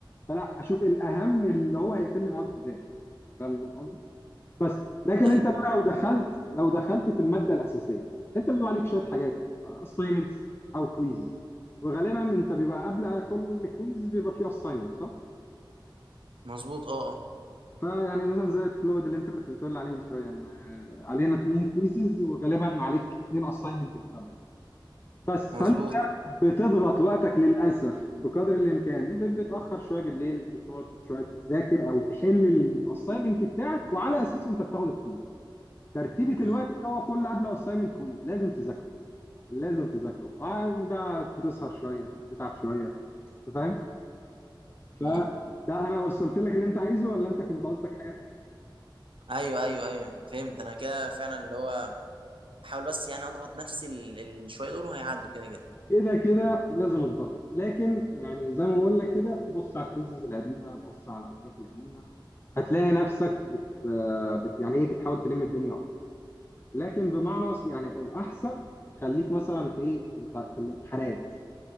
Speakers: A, on the left; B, on the right.
A: فلا اشوف الاهم اللي هو هيقفل لي مواد قدام فاهم قصدي بس لكن
B: أيوة.
A: انت بقى لو دخلت لو دخلت في الماده الاساسيه انت بيبقى عليك شويه حاجات assignments او كويزز وغالبا انت بيبقى قبل كل كويز بيبقى فيه assignment صح؟
B: مظبوط اه اه
A: فيعني مثلا زي الفلود اللي انت كنت بتقول عليه من شويه ان علينا اتنين كويزز وغالبا عليك اتنين assignment قدامهم بس
B: مظبوط
A: فانت بتضغط وقتك للاسف بقدر الامكان بت- بتاخر شويه بالليل بتقعد شويه تذاكر او تحل الاساينمنت بتاعك وعلى اساسه انت بتاخد الكويز ترتيبة
B: امم
A: الوقت دي هو كل قبل اسايمنت كويز لازم تذاكره لازم تذاكره اه بقى بتسهر شويه تتعب شويه انت فاهم فده
B: امم
A: انا وصلت لك اللي انت عايزه ولا انت كنت قصدك حاجه تانية
B: ايوه ايوه ايوه فهمت انا كده فعلا اللي هو احاول بس يعني اضغط نفسي ال- الشويه دول وهيعدوا كده كده
A: كده كده لازم الضغط لكن يعني زي ما بقول لك كده بص على الكويزز القديمه بص على الحاجات القديمه هتلاقي نفسك بت, آه، بت يعني ايه بتحاول تلم الدنيا اكتر لكن بمعنى يعني الاحسن خليك مثلا في ايه في, الامت- في الامتحانات